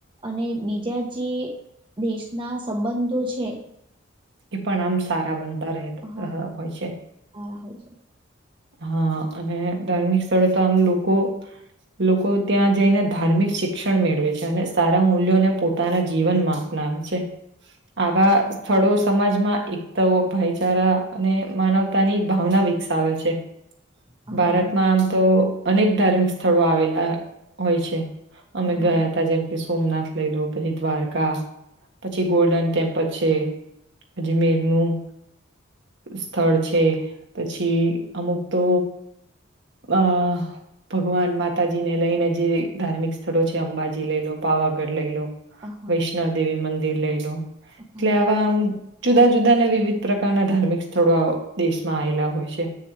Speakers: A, on the right; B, on the right.
A: અને. બીજા જે દેશના સંબંધો છે.
B: એ પણ આમ સારા બનતા રહે
A: હ
B: હોય છે.
A: સારા હોય છે
B: હા અને ધાર્મિક સ્થળે તો આમ લોકો. લોકો ત્યાં જઈને ધાર્મિક શિક્ષણ મેળવે છે અને સારા મૂલ્યોને પોતાના જીવનમાં. અપનાવે છે. આવા સ્થળો સમાજમાં એકતાઓ ભાઈચારા અને માનવતાની ભાવના. વિક્સ આવે છે.
A: હા
B: ભારતમાં આમ તો અનેક ધાર્મિક સ્થળો આવેલા હોય છે. અમે
A: હા
B: ગયા હતા જેમ કે, સોમનાથ લઈ લો પછી દ્વારકા પછી ગોલ્ડન ટેમ્પલ છે. અજમેર નું સ્થળ છે પછી. અમુક તો આ. ભગવાન માતાજીને લઈને જે ધાર્મિક સ્થળો છે અંબાજી લઈ લો પાવાગઢ લઈ લો.
A: હા
B: વૈષ્ણવ દેવી મંદિર લઈ લો એટલે
A: હા
B: આવા આમ- જુદા જુદાને વિવિધ પ્રકારના ધાર્મિક સ્થળો દેશમાં આવેલા હોય છે.